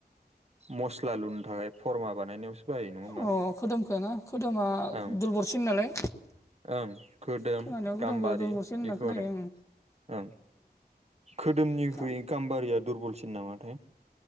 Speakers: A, on the right; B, on the left.
A: मस्ला लुनो थाखाय फरमा बानायनायावसो बाहायो नङा होमबा
B: अ खोदोमखो ना खोदोमा
A: ओं
B: दुरबलसिन नालाय।
A: ओं खोदोम
B: खोनानायाव खोदोमखौ
A: गाम्बारि
B: दुलबरसिन होनना
A: बेखौ
B: खोनायो
A: आरो। ओं खोदोमनिख्रुइ
B: अ
A: गाम्बारिया दुरबलसिन नामाथाय?